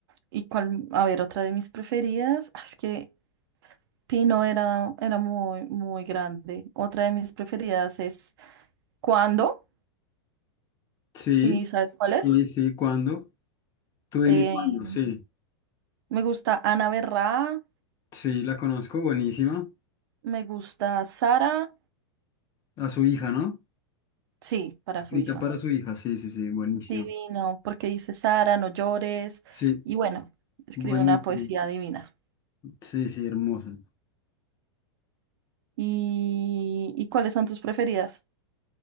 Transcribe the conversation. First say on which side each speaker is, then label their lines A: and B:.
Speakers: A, on the right; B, on the left.
A: y cuál, a ver, otra de mis preferidas, ah, es que Pino era, era muy, muy grande. Otra de mis preferidas es Cuando,
B: Sí,
A: sí, sabes cuál es.
B: sí, sí, ¿cuándo? Tú dime
A: Eh,
B: cuándo, sí.
A: me gusta Ana Berra,
B: Sí, la conozco, buenísima.
A: me gusta Sara,
B: A su hija, ¿no?
A: sí, para
B: Escrita
A: su hija.
B: para su hija, sí, sí, sí, buenísima.
A: Divino, porque dice Sara, no llores.
B: Sí,
A: Y bueno, escribe
B: buenísima.
A: una poesía divina.
B: Sí, sí, hermosa.
A: ¿Y, y cuáles son tus preferidas?